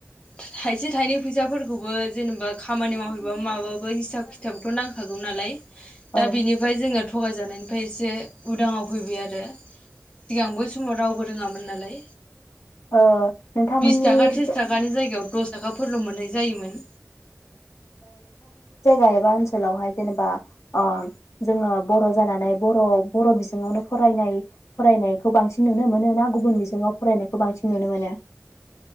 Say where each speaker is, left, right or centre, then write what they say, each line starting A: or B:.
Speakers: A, on the left (about 20°); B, on the left (about 75°).
A: थाइसे थाइनै फैसाफोरखौबो जेनेबा खामानि मावहैबो माबाबो हिसाब खिथाबथ' नांखागौ नालाय
B: औ
A: दा बिनिफ्राय जोङो थगायजानायनिफ्राय एसे उदाङाव फैबाय आरो सिगां बै समाव रावबो रोङामोन नालाय।
B: ओ नोंथांमोननि
A: बिस थाखा त्रिस थाखानि जायगायाव दस थाखाफोरल' मोननाय जायोमोन।
B: खायबा ओनसोलावहाय जेनेबा ओ जोङो बर' जानानै बर' बर' बिजोंआवनो फरायनाय फरायनाय खौ बांसिन नुनो मोनो ना गुबुन बिजोङाव फरायनायखौ बांसिन नुनो मोनो?